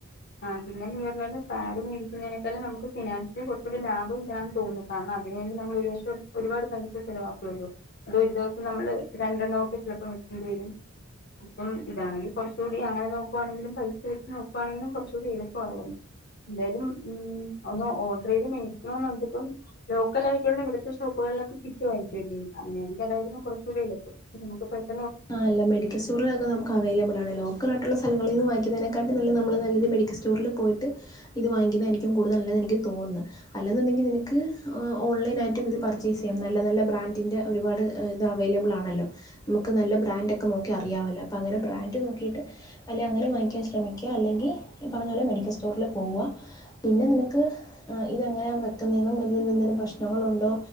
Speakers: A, on the left; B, on the left.
A: ആ പിന്നെ നീ പർണ പോലെ പാഡ് മേടിക്കുന്നെയിനെക്കാളും നമുക്ക് ഫിനാൻഷ്യലി കൊർച്ചുടെ ലാഭം ഇതാന്ന് തോന്നുന്നു കാരണം അതിനുവേണ്ടി ഞമ്മെൾ ഒരു വർഷം ഒരുപാട് പൈസ ചെലവാക്കുവല്ലോ അത് ഒരു ദിവസം നമ്മെൾ രണ്ടെണ്ണവൊക്കെ ചിലപ്പം <unintelligible> വെരും അപ്പം ഇതാണെങ്കി കൊർച്ചൂടി അങ്ങനെ നോക്ക് ക്കുവാണെങ്കിലും പൈസ വെരുന്നെത് നോക്കുവാണെങ്കിലും കൊർച്ചൂടി എളുപ്പവായെനെ എന്തായാലും ഉം ഒന്ന് ഓർഡർ ചെയ്ത് മേടിക്കെണംന്നുണ്ട് ഇപ്പം ലോക്കൽ ആയിട്ടുള്ള ഇവ്ട്ത്തെ ഷോപ്പുക കൾലൊക്കെ കിട്ടുവായിരിക്കും അല്ലെ ഇത് അങ്ങെനെയാണെങ്കി അതായിരുന്നു കൊർച്ച് കൂടെ എളുപ്പം നമ്മുക്ക് പറ്റ്
B: ആ അല്ല മെഡിക്കെൽ സ്റ്റോറിലൊക്കെ നമുക്ക് അവൈലബിൾ ആണ്. ലോക്കെൽ ആയിട്ടുള്ള സ്ഥലങ്ങളീന്ന് വാങ്ങി ക്കിന്നെയ്നെക്കാട്ടീം നല്ലെയ് നമ്മെൾ നല്ലൊരു മെഡിക്കെൽ സ്റ്റോറ്ൽ പോയിട്ട് ഇത് വാങ്ങിക്കിന്നെയായിരിക്കും കൂട്തെൽ നല്ലെത് എനിക്ക് തോന്ന്ന്ന് അൽ അല്ലാന്നുണ്ടെങ്കിൽ നിനെക്ക് ഏഹ് ഓൺലൈനായിട്ടും ഇത് പർച്ചേസ് ചെയ്യാം നല്ല നല്ല ബ്രാൻഡിൻ്റെ ഒരുപാട് ഇത് അവൈലബ് ബ്ൾ ആണല്ലോ നമു ക്ക് നല്ല ബ്രാന്റൊക്കെ നോക്കി അറിയാവല്ലൊ അപ്പ അങ്ങെനെ ബ്രാന്റ് നോക്കിയിട്ട് അല്ലെ അങ്ങനെ വാങ്ങിക്കാൻ ശ്രമിക്കാം അല്ലെങ്കി ഈ പറഞ്ഞ പോലെ മെഡിക്കെൽ സ്റ്റോർൽ പോവാ പിന്നെ നിനെക്ക് ഇത് എങ്ങെനെ വെക്കുന്നേന്നും ഇതിൽ നിന്ന് എന്തെങ്കിലും പ്രശ്നങ്ങെൾ ഉണ്ടോ